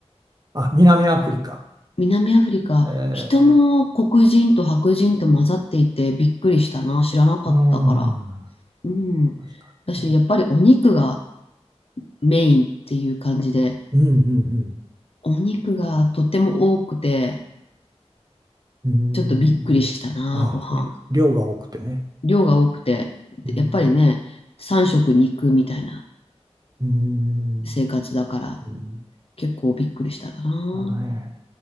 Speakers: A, on the right; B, on the left.
A: あ、南アフリカ。
B: 南アフリカ、
A: え
B: 人も黒人と白人と混ざっていてびっくりしたな。知らなかったから。
A: ー、うん。
B: うん。
A: 確かにね。
B: だし、やっぱりお肉がメインっていう感じで、
A: うんうん
B: お肉がとても多くて、
A: うん。うーん。
B: ちょっとびっくりしたな、
A: ああ、
B: ご飯。
A: り量が多くてね。
B: 量が多くて、
A: うん。
B: やっぱりね、三食肉みたいな
A: うーん。
B: 生活だから、
A: うん
B: 結構びっくりしたかな。
A: だね